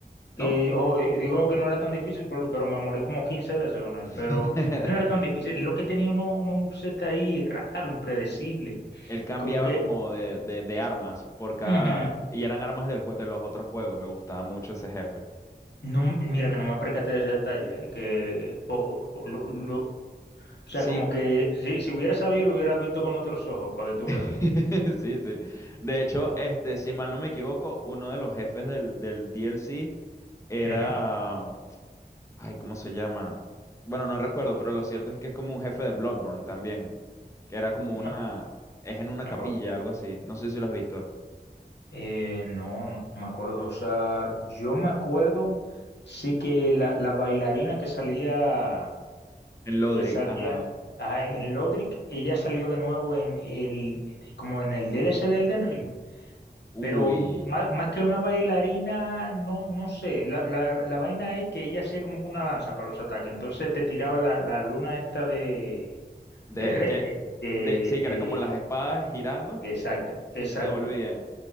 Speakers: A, on the left; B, on the left.
A: ¿no?
B: Que, ojo, eh, digo que no era tan difícil, pero, pero me morí como 15 veces con él.
A: <laughs>
B: Pero él no era tan difícil. Lo que tenía uno, uno un set ahí raro, impredecible.
A: Él cambiaba
B: Como que...
A: como de, de, de armas por cada...
B: ujú.
A: Y eran armas del jue- de los otros juegos. Me gustaba mucho ese jefe.
B: No, mira que no me percaté de ese detalle, ¿eh? Que o- lo, lo- O
A: Sí,
B: sea, como que si, si hubiera sabido, lo hubiera visto con otros ojos, para que tú
A: <laughs>
B: veas.
A: sí, sí. De hecho, este, si mal no me equivoco, uno de los jefes del, del D L C era...
B: Ujú.
A: Ay, ¿cómo se llama? Bueno, no recuerdo, pero lo cierto es que es como un jefe de Bloodborne también. Que era como
B: No,
A: una... Es en una
B: no
A: capilla,
B: jodas.
A: algo así. No sé si lo has visto.
B: Eh, no, no, no me acuerdo. O sea, yo me acuerdo, sí que la, la bailarina que salía,
A: En Lodric,
B: que salía
A: ajá.
B: ajá, en Lodric, ella salió de nuevo en el, como en el DLC de Elden Ring.
A: Uy.
B: Pero más, más que una bailarina, no, no sé. La, la, la vaina es que ella hacía como que una danza para los ataques. Entonces te tiraba la, la luna esta de
A: De,
B: De, re-
A: que,
B: de, de-
A: de- sí, que
B: de-
A: eran como las espadas girando
B: exacto, exacto,
A: y se devolvían.